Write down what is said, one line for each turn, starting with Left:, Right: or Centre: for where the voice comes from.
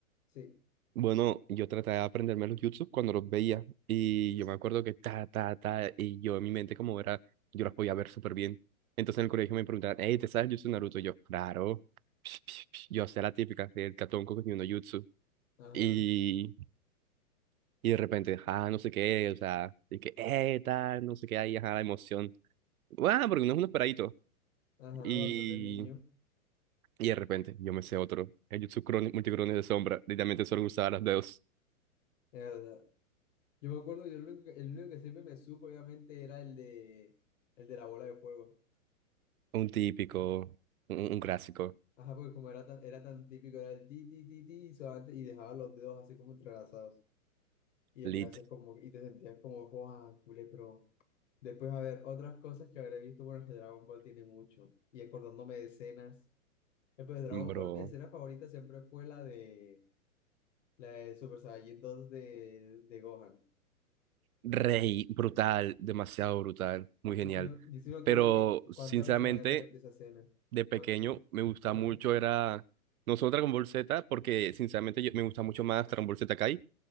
Left: sí,
Right: Bueno, yo trataba de aprenderme los jutsus cuando los veía. Y yo me acuerdo que ta, ta, ta. Y yo en mi mente, como era, yo las podía ver súper bien. Entonces en el colegio me preguntaban, hey, ¿te sabes el jutsu de Naruto? Y yo, claro. Psh, psh, psh. Yo hacía la típica, el catonco que tiene uno jutsu.
Left: ajá,
Right: Y, y de repente, ah, no sé qué, o sea, y que, eh, tal, no sé qué, ahí, ajá, la emoción. Guau, porque uno es un esperadito.
Left: ajá,
Right: Y,
Left: cuando era niño,
Right: y de repente yo me sé otro. El Jutsu Crone- Multicrones de Sombra. Literalmente solo usaba las dos.
Left: es verdad. Yo me acuerdo, yo el único, que- el único que siempre me supo, obviamente, era el de, el de la bola de fuego.
Right: Un típico, un, un clásico.
Left: Ajá, porque como era tan, era tan típico, era el ti, ti, ti, ti, y suave, y dejaba los dedos así como entrelazados. y después
Right: Lit,
Left: haces como, y te sentías como, joa, culé, pero después a ver otras cosas que habré visto, bueno, que Dragon Ball tiene mucho, y acordándome de escenas, eh, pues Dragon
Right: bro.
Left: Ball, mi escena favorita siempre fue la de, la de Super Saiyajin 2 de, de Gohan,
Right: Rey, brutal, demasiado brutal, muy genial.
Left: y sí, me- y sí me acuerdo
Right: Pero
Left: que cuántas
Right: sinceramente,
Left: veces me había repetido esa escena,
Right: de pequeño
Left: cuántas,
Right: me gustaba
Left: ajá,
Right: mucho, era. No solo Dragon Ball Z, porque sinceramente yo- me gusta mucho más Dragon Ball Z Kai,